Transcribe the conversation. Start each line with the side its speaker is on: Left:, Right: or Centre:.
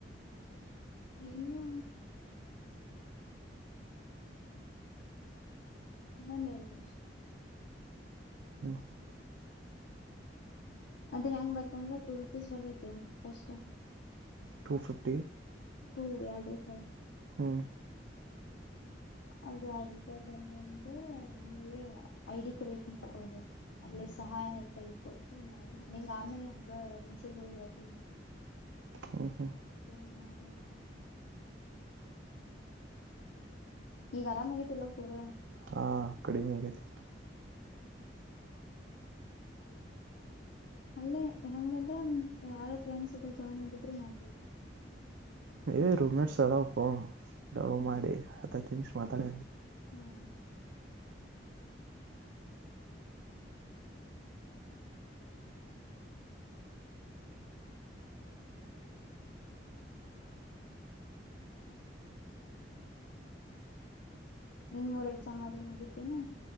Left: ಇನ್ನುೂ ಇನ್ನೊಂದೆರಡು ನಿಮಿಷ
Right: ಹ್ಮ
Left: ಅದ ಹೆಂಗ ಬರ್ತಂದ್ರ ಟೂ ರುಪೀಸ್ ಬರ್ತತಿ first
Right: two fifty
Left: two address
Right: ಹ್
Left: ಅದ್ ಎರಡ್ ರೂಪಾಯಿ ಬಂದಂದ ಆಮೇಲೆ ಐಡಿ ಕ್ರಿಯೇಟ್ ಮಾಡ್ಕೋದು ಅಲ್ಲೆ ಸಹಾಯ ಅಂತ ಇಗೊತ್ತು ಮ್ಯಾಲೆ ನಿಂಗ್ ಆಮೇಲೆ ಹಂಗ ಮೆಸೇಜ್ ಒಳಗೆ ಹೇಳ್ತನಿ
Right: ಹ್ಮ್ ಹ್ಮ್
Left: <unintelligible> ಮಾತಡಬಾರದ ಈಗ ಆರಾಮ ಆಗೇತಿಲ್ವ ರ್
Right: ಹಾ ಕಡಿಮೆಗತಿ
Left: ಅಲ್ಲೇ ಹೆಂಗದ್ರ ನಿಮ ಯಾರ ಫ್ರೆಂಡ್ಸ್ತ ಜಾಯ್ನ್ ಆಗಿದ್ರು ಮಾಡ್ಬದು
Right: ಯ ರೂಮ್ ಮೇಟ್ಸ್ ಅದಾವಪ್ಪ ಡವ
Left: ಹ್ಮ್
Right: ಮಾಡಿ ಹತ್ತ ತಿಷ ಮಾತಾಡ
Left: ಹ್ಮ್ ಇನ್ ಮೂರ್ ಎಕ್ಸಾಮ್ ಆದದು ಮುಗಿತನಾ